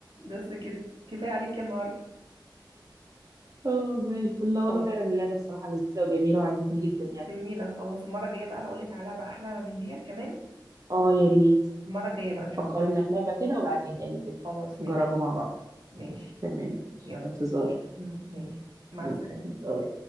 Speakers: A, on the right (about 80°); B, on the right (about 45°).
A: بس كده كفاية عليك يا النهاردة
B: اه زي الفل لا والله
A: خلاص
B: فعلا اللعبه بصراحه لذيذه وجميله وعجبتني جدا يعني
A: جميلة خلاص المرة الجاية بقى هقول لك على لعبة أحلى من ديت كمان
B: اه يا ريت
A: المرة الجاية بقى إن شاء
B: فكرينا
A: الله
B: في لعبه كده وابعتيها لي كده
A: خلاص ماشي
B: نجربها مع بعض
A: ماشي
B: تمام ماشي
A: يلا
B: انتظار
A: م- ماشي مع
B: مم.
A: السلامة
B: باي.